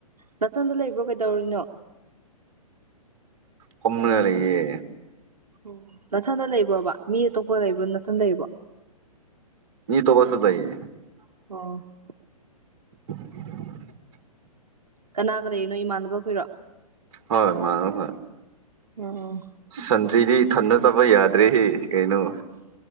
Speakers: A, on the right; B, on the right.
A: ꯅꯅꯥꯊꯟꯗ ꯂꯩꯕ꯭ꯔꯣ ꯀꯩꯗꯧꯔꯤꯅꯣ
B: ꯈꫭꯝꯃꯒ ꯂꯩꯔꯤ꯫
A: ꯎꯝ ꯅꯅꯥꯊꯟꯗ ꯂꯩꯕ꯭ꯔꯣꯕ ꯃꯤ ꯑꯇꯣꯞꯄ ꯂꯩꯕ꯭ꯔꯣ ꯅꯊꯟ ꯂꯩꯕ꯭ꯔꯣ
B: ꯃꯤ ꯇꯣꯕ ꯁꯨꯗꯏꯌꯦ
A: <inaudible>
B: <inaudible>
A: ꯀꯅꯥꯒ ꯂꯩꯔꯤꯅꯣ ꯏꯃꯥꯟꯅꯕ ꯈꯨꯏꯔꯣ
B: ꯍꯣꯏ ꯃꯥꯍ
A: ꯎꯝ
B: ꯁꯟꯊꯤꯗꯤ ꯊꯟꯅ ꯆꯥꯕ ꯌꯥꯗ꯭ꯔꯦꯍ‌ꯦ ꯀꯩꯅꯣ꯫